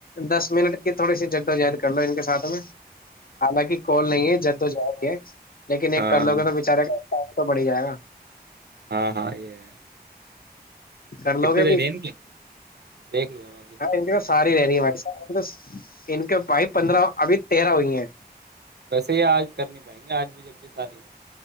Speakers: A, on the left; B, on the right.
A: دس منٹ کے تھوڑ سی جدوجہد کرو ان کا ساتھ میں حالانکہ کال نہیں ہے جد و جی ہے چ <inaudible> لیکن ایک
B: ہاں
A: کر لوگا بچارے کا تو بڑھی جائے گا
B: ہاں ہاں یہ ہے
A: کر
B: کتنے
A: لو گے
B: رہ
A: بھی
B: رہی ہیں ان کی دیکھ لوں گا میں ابھی
A: ہاں ساری رہ رہی ہے ہمارے ساتھ بس ان کے بھائی پندرہ ابھی تیرہ ہوئی ہیں
B: ویسے یہ آج کرنی پائیں گے آج بھی جبک سادی